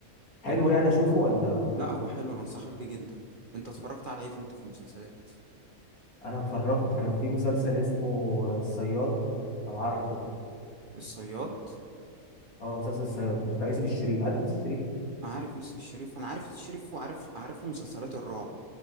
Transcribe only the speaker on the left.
حلو
يعني اشوفه ولا
انا اتفرجت كان في مسلسل اسمه الصياد لو عارفه
اه مسلسل الصياد ده بتاع يوسف الشريف عارف يوسف الشريف